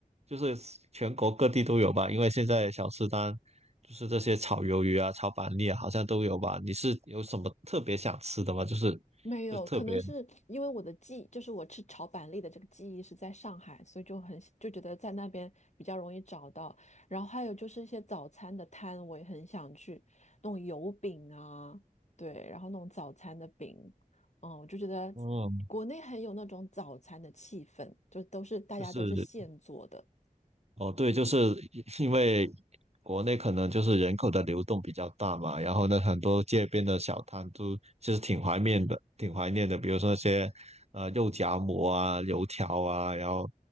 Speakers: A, on the right; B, on the left.
A: 就是全国各地都有吧。因为现在小吃摊就是这些炒鱿鱼啊、炒板栗啊，好像都有吧。你是有什么特别想吃的吗？就是
B: 没有，
A: 就特别，
B: 可能是因为我的记忆，就是我吃炒板栗的这个记忆是在上海，所以就很就觉得在那边比较容易找到。然后还有就是一些早餐的摊，我也很想去，那种油饼啊，对，然后那种早餐的饼，嗯，我就觉得
A: 嗯，
B: 国内很有那种早餐的气氛，就都是大家都是现做的。
A: 就是。哦，对，就是因为国内可能就是人口的流动比较大嘛，然后呢，很多街边的小摊都其实挺怀念的，挺怀念的，比如说那些呃肉夹馍啊、油条啊，然后